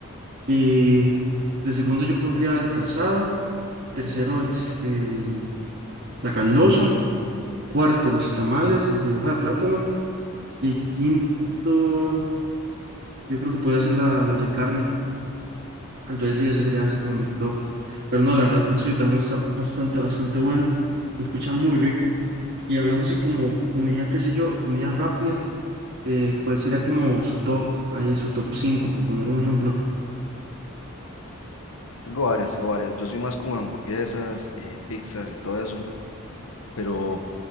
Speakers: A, on the right (about 55°); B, on the left (about 70°).
A: Y de segundo yo pondría el casado, tercero el, s- el- la caldosa, cuarto los tamales de hoja de plátano y quinto yo creo que podría ser la, la olla de carne Entonces sí, ese sería así como mi top. Pero no, la verdad el suyo también está bastante, bastante bueno. Se escucha muy rico. Y hablando así como comida, qué sé yo, comida rápida, eh, ¿cuál sería como su top? Ahí su top cinco por poner un ejemplo.
B: Tengo varias, tengo varias. Yo soy más como de hamburguesas, eh, pizzas y todo eso. Pero